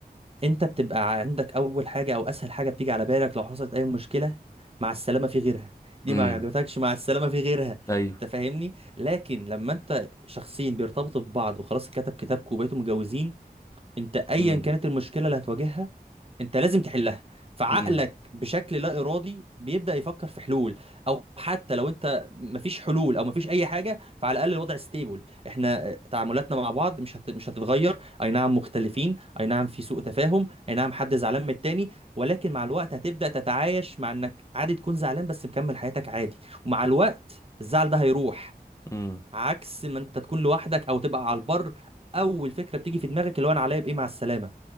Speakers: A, on the right; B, on the left.
A: انت بتبقى عندك اول حاجه او اسهل حاجه بتيجي على بالك لو حصلت اي مشكله مع السلامه في غيرها دي
B: امم
A: ما عجبتكش مع السلامه في غيرها
B: ايوه
A: انت فاهمني لكن لما انت شخصين بيرتبطوا ببعض وخلاص كتب كتابكم وبقيتوا متجوزين انت ايا
B: امم
A: كانت المشكله اللي هتواجهها انت لازم تحلها فعقلك
B: امم
A: بشكل لا ارادي بيبدا يفكر في حلول او حتى لو انت مفيش حلول او مفيش اي حاجه فعلى الاقل الوضع ستيبل احنا تعاملاتنا مع بعض مش هت... مش هتتغير اي نعم مختلفين اي نعم في سوء تفاهم اي نعم حد زعلان من التاني ولكن مع الوقت هتبدا تتعايش مع انك عادي تكون زعلان بس مكمل حياتك عادي ومع الوقت الزعل ده هيروح
B: امم
A: عكس ما انت تكون لوحدك او تبقى على البر اول فكره بتيجي في دماغك اللي هو انا عليا بايه مع السلامه